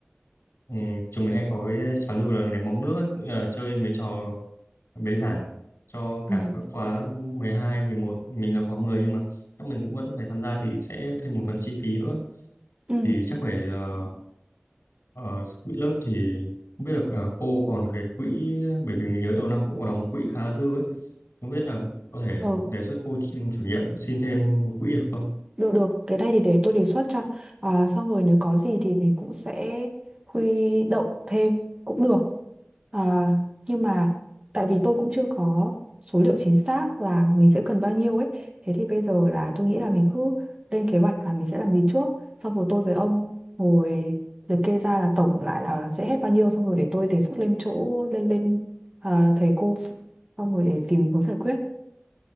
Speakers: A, on the left; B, on the right.
A: ừ, chúng mình hay có cái trào lưu là ném bóng nước ấy, cũng là chơi mấy trò bế giảng cho
B: ừ,
A: cả các khóa mười hai mười một mình là khóa mười nhưng mà các mình cũng vẫn phải tham gia thì sẽ thêm một phần chi phí nữa
B: ừ.
A: thì chắc phải ờ, Ờ, quỹ lớp thì không biết là à, cô còn cái quỹ bởi vì mình nhớ đầu năm cũng có đóng quỹ khá dư ấy. Không biết là có thể
B: Ờ,
A: đề xuất cô chủ chủ nhiệm xin thêm quỹ được không?
B: Được được, cái này thì để tôi đề xuất cho. À, xong rồi nếu có gì thì mình cũng sẽ huy động thêm cũng được. À, nhưng mà tại vì tôi cũng chưa có số liệu chính xác là mình sẽ cần bao nhiêu ấy. Thế thì bây giờ là tôi nghĩ là mình cứ lên kế hoạch là mình sẽ làm gì trước. Xong rồi tôi với ông ngồi liệt kê ra là tổng lại là sẽ hết bao nhiêu. Xong rồi để tôi đề xuất lên chỗ lên lên à, thầy cô. Xong rồi để tìm hướng giải quyết.